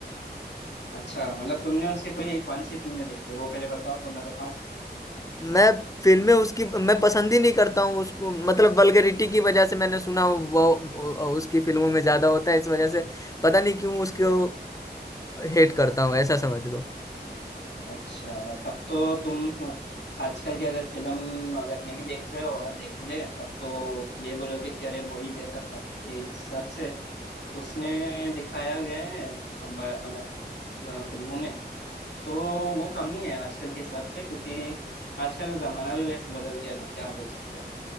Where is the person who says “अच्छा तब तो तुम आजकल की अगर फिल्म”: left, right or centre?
Left